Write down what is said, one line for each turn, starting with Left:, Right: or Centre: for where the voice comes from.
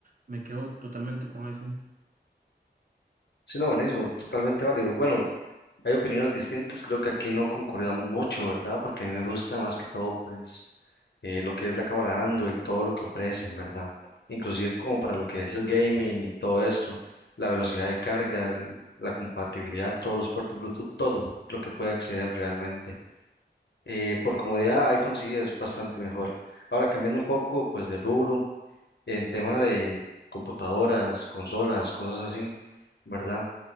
Right: me quedo totalmente con iPhone.
Left: Sí, no, buenísimo, totalmente válido. Bueno, hay opiniones distintas, creo que aquí no concordamos mucho, ¿verdad? Porque a mí me gusta más que todo, pues eh, lo que es la cámara Android, todo lo que ofrecen, ¿verdad? Inclusive como para lo que es el gaming y todo esto, la velocidad de carga, el- la compatibilidad, todos los puertos Bluetooth, todo lo que puede acceder realmente. Eh, por comodidad, iPhone sí es bastante mejor. Ahora, cambiando un poco, pues de rubro, en tema de computadoras, consolas, cosas así, ¿verdad?